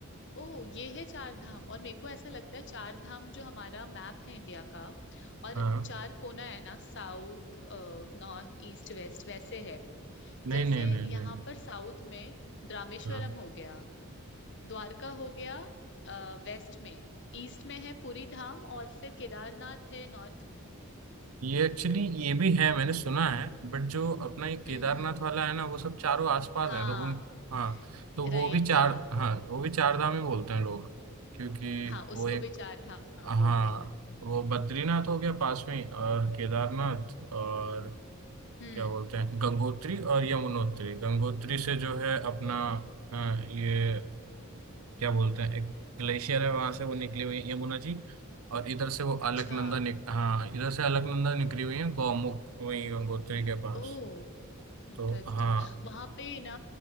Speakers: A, on the left (about 55°); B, on the right (about 85°).
A: ओ ये है चार धाम और मेरे को ऐसा लगता है चार धाम जो हमारा मैप है इंडिया का और
B: हाँ
A: चार कोना है ना साउथ नॉर्थ ईस्ट वेस्ट वैसे है
B: नहीं
A: जैसे
B: नहीं नहीं
A: यहाँ
B: नहीं
A: पर साउथ में रामेश्वरम
B: हाँ
A: हो गया द्वारका हो गया वेस्ट में ईस्ट में है पुरी धाम और फिर केदारनाथ है नॉर्थ में
B: ये एक्चुअली ये भी है मैंने सुना है बट जो अपना ये
A: हम्म
B: केदारनाथ
A: हम्म
B: वाला है ना वो सब चारों आसपास
A: हाँ
B: है तो उन हाँ तो
A: राइट
B: वो भी चार
A: हाँ
B: हाँ वो भी चार धाम ही बोलते हैं लोग क्योंकि
A: हाँ
B: वो
A: उसको
B: एक
A: भी चार धाम
B: हाँ
A: बोलते हैं
B: वो बद्रीनाथ हो गया पास में ही, और केदारनाथ और
A: हम्म
B: क्या बोलते हैं गंगोत्री और यमुनोत्री गंगोत्री से जो है अपना अ, ये क्या बोलते हैं एक ग्लेशियर है वहां से वो निकली हुई है यमुना जी और इधर से वो
A: अच्छा
B: अलकनंदा निक हाँ इधर से अलकनंदा निकली हुई है गौमुख हुई गंगोत्री के पास
A: ओ इंटरेस्टिंग
B: तो हाँ
A: वहां पे ना